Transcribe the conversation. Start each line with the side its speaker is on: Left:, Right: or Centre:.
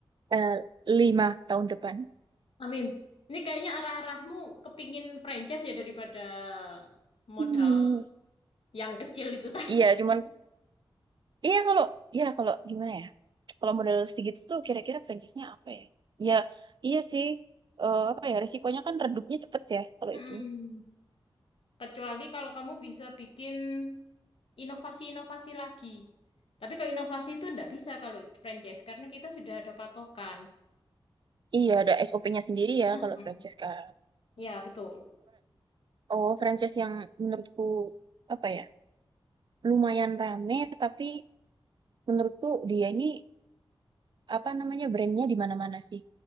Right: eh, lima tahun depan
Left: amin. Ini kayaknya arah-arahmu kepingin franchise ya daripada modal
Right: hmm,
Left: yang kecil itu tadi.
Right: iya
Left: <laughs>
Right: cuman iya kalau iya kalau gimana ya kalau modal sedikit tuh kira-kira franchise-nya apa ya ya iya sih eh, apa ya resikonya kan redupnya cepet ya kalau
Left: Mm-mm.
Right: itu
Left: Kecuali kalau kamu bisa bikin inovasi-inovasi lagi. Tapi kalau inovasi itu nggak bisa kalau franchise karena kita sudah ada patokan.
Right: Iya, ada SOP-nya sendiri ya
Left: Mm-mm.
Right: kalau franchise kan.
Left: Ya, betul.
Right: Oh, franchise yang menurutku apa ya? Lumayan rame tapi menurutku dia ini apa namanya brandnya di mana-mana sih.